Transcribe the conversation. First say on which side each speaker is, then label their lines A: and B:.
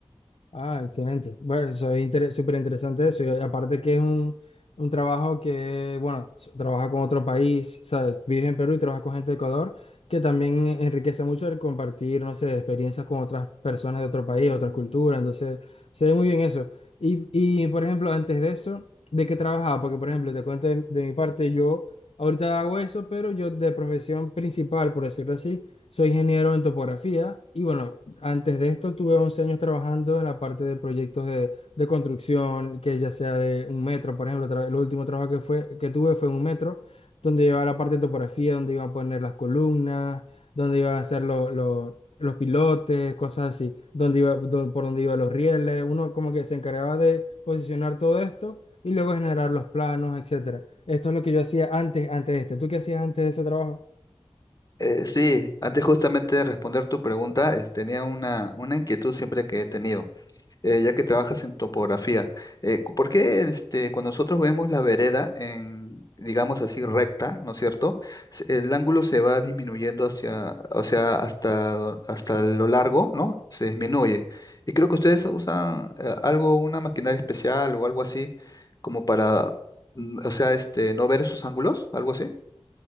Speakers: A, on the left; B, on the left.
A: Ah, excelente. Bueno, eso es inter- súper interesante eso. Y aparte que es un, un trabajo que, bueno, s- trabaja con otro país, o sea, vives en Perú y trabajas con gente de Ecuador, que también enriquece mucho el compartir, no sé, experiencias con otras personas de otro país, otras culturas. Entonces, se ve muy bien eso. Y, y, por ejemplo, antes de eso, ¿de qué trabajaba? Porque, por ejemplo, te cuento de, de mi parte, yo ahorita hago eso, pero yo de profesión principal, por decirlo así, soy ingeniero en topografía y, bueno, antes de esto tuve 11 años trabajando en la parte de proyectos de, de construcción, que ya sea de un metro, por ejemplo, tra- el último trabajo que, fue, que tuve fue en un metro, donde llevaba la parte de topografía, donde iban a poner las columnas, donde iban a hacer lo- lo- los pilotes, cosas así, donde iba, do- por donde iban los rieles, uno como que se encargaba de posicionar todo esto y luego generar los planos, etcétera. Esto es lo que yo hacía antes, antes de este. ¿Tú qué hacías antes de ese trabajo?
B: Eh, sí, antes justamente de responder tu pregunta, eh, tenía una, una inquietud siempre que he tenido. eh, ya que trabajas en topografía, eh, cu- ¿por qué este, cuando nosotros vemos la vereda en, digamos así, recta, ¿no es cierto? Se- El ángulo se va disminuyendo hacia, o sea, hasta, do- hasta lo largo, ¿no? Se disminuye. Y creo que ustedes usan eh, algo, una maquinaria especial o algo así, como para, mm, o sea, este, no ver esos ángulos, algo así.